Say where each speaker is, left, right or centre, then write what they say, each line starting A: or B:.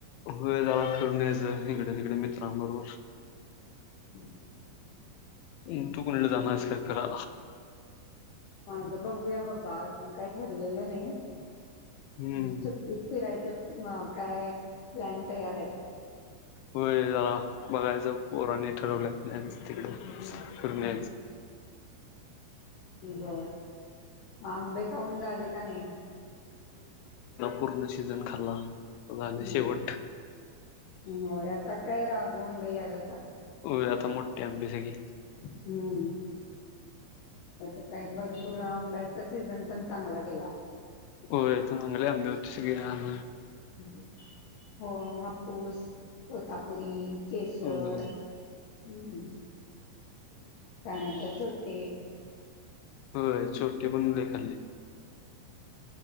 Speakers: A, on the left (about 85°); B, on the left (about 70°).
A: वेळ झाला फिरून यायचं इकडे तिकडे मित्रांबरोबर
B: हम्म
A: हम् तू कोलं जाना का फरा
B: माझं बघूया बाबा अजून काय ठरलेलं नाही हम्
A: हम्म
B: सुट्ट फिरायचे म काय प्लॅन तयार आहेत
A: होय जला बघायचं पोराने ठरवलं प्लनस तिकडे फिरून
B: हम्
A: यायच
B: बर आंबे खाऊन झाले का नाही
A: <inaudible> सीजन खाल्ला ग
B: हम्म
A: शेवट
B: होय आता काय राघू आंबे आल
A: होय आता मोठे आंबे हे घे
B: हम्म काय भरपूर आंब्यांचा सीझन पण चांगला गेला
A: हो य अंगला आम् हो त ग आम
B: हम् हो हप्पूस तोतापुरी किशोर
A: होय
B: हम्म त्यानंतर सुुट्टी
A: होय चो टिकून देखाल्ली